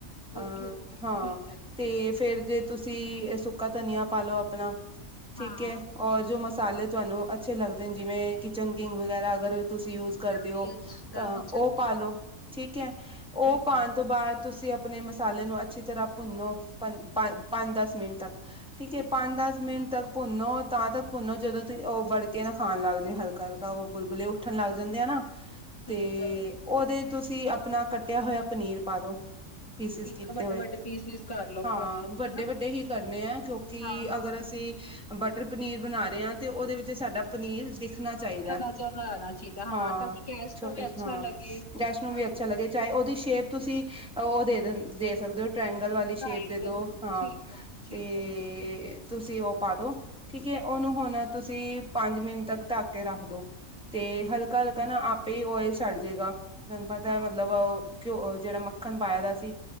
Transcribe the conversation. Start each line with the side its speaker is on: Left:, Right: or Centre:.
Centre: ਅਹ
Left: ਓਕੇ-ਓਕੇ
Centre: ਹਾਂ
Left: ਠੀਕ ਹੈ
Centre: ਤੇ ਫੇਰ ਜੇ ਤੁਸੀਂ ਸੁੱਕਾ ਧਨੀਆ ਪਾ ਲਓ ਆਪਣਾ- ਠੀਕ
Left: ਹਾਂ
Centre: ਔਰ ਜੋ ਮਸਾਲੇ ਤੁਹਾਨੂੰ ਅੱਛੇ ਲੱਗਦੇ ਨੇ ਜਿਵੇਂ ਕਿਚਨ ਕਿੰਗ ਵਗੈਰਾ ਅਗਰ- ਤੁਸੀਂ ਯੂਜ ਕਰਦੇ
Left: ਐਮਡੀਐਚ
Centre: ਹੋ
Left: ਦਾ
Centre: ਤਾਂ
Left: ਕਿਚਨ
Centre: ਉਹ ਪਾ
Left: ਠੀਕ
Centre: ਲਓ, ਠੀਕ ਐ ਉਹ
Left: ਠੀਕ
Centre: ਪਾਣ
Left: ਆ ਠੀਕ ਆ
Centre: ਤੋਂ ਬਾਅਦ- ਤੁਸੀਂ ਆਪਣੇ ਮਸਾਲੇ ਨੂੰ ਅੱਛੀ ਤਰ੍ਹਾਂ ਭੁੰਨੋ ਪੰਦ-ਪੰਜ ਦਸ ਮਿੰਟ ਤੱਕ ਠੀਕ ਐ ਪੰਜ
Left: ਅੱਛਾ
Centre: ਦਸ ਮਿੰਟ ਤੱਕ ਭੁੰਨੋ ਤਾਂ ਤੱਕ ਭੁੰਨੋ ਜਦੋਂ ਤੁਸੀਂ ਉਹ ਬੜ ਕੇ ਨਾ ਖਾਣ ਲੱਗਜੇ ਹਲਕਾ ਹਲਕਾ। ਉਹ ਬੁਲਬੁਲੇ ਉੱਠਣ ਲੱਗ ਜਾਂਦੇ ਆ ਨਾ ਤੇ
Left: ਅੱਛਾ,
Centre: ਉਹਦੇ- ਤੁਸੀਂ ਆਪਣਾ ਕੱਟਿਆ ਹੋਇਆ ਪਨੀਰ ਪਾਦੋ। ਪੀਸਿਸ
Left: ਠੀਕ
Centre: ਕੀਤੇ
Left: ਆ ਵੱਡੇ-ਵੱਡੇ
Centre: ਹੋਏ।
Left: ਪੀਸ-ਪੀਸ ਕਰ ਲਓ
Centre: ਹਾਂ-
Left: ਭਾਵੇਂ
Centre: ਵੱਡੇ
Left: ਹਨਾ
Centre: ਵੱਡੇ ਹੀ ਕਰਨੇ ਆ ਕਿਉਂਕਿ
Left: ਹਾਂ-ਹਾਂ
Centre: ਅਗਰ ਅਸੀਂ ਬਟਰ ਪਨੀਰ ਬਣਾ ਰਹੇ ਹਾਂ ਤੇ ਉਹਦੇ ਵਿੱਚ ਸਾ- ਤੁਹਾਡਾ ਪਨੀਰ ਦਿਖਣਾ ਚਾਹੀਦਾ,
Left: ਹਾਂ ਨਜ਼ਰ ਨਾ ਆਣਾ ਚਾਹੀਦਾ
Centre: ਹਾਂ,
Left: ਤਾਂ ਕਿ ਗੈਸ
Centre: ਛੋਟੇ
Left: ਨੂੰ ਵੀ ਅੱਛਾ
Centre: ਹਾਂ
Left: ਲੱਗੇ
Centre: ਜੈਸ਼ਨੋ-
Left: ਹਾਂ
Centre: ਵੀ ਅੱਛਾ ਲੱਗੇ ਚਾਹੇ ਉਹਦੀ ਸ਼ੇਪ ਤੁਸੀਂ ਉਹ ਦੇ ਸਕਦੇ ਹੋ ਟਰਾਏਂਗਲ ਵਾਲੀ ਸ਼ੇਪ
Left: ਟਰਾਈਐਂਗਲ
Centre: ਦੇ ਦੋ ਹਾਂ।
Left: ਠੀਕ ਆ, ਠੀਕ
Centre: ਤੇ
Left: ਆ ਜੀ,
Centre: ਤੁਸੀਂ ਉਹ ਪਾ ਦੋ ਠੀਕ ਐ, ਉਹਨੂੰ ਹੁਣ ਤੁਸੀਂ ਪੰਜ ਮਿੰਟ ਤੱਕ ਢੱਕ ਕੇ ਰੱਖ ਦੋ ਤੇ
Left: ਠੀਕ
Centre: ਹਲਕਾ ਹਲਕਾ ਨਾ ਆਪ- ਪੀ ਓਇਲ ਛੱਡ ਜੇਗਾ ਤੁਹਾਨੂੰ ਪਤਾ
Left: ਹਾਂ,
Centre: ਮਤਲਬ ਓ ਘਿਓ ਜੇੜਾ ਮੱਖਣ ਪਾਇਆ ਦਾ ਸੀ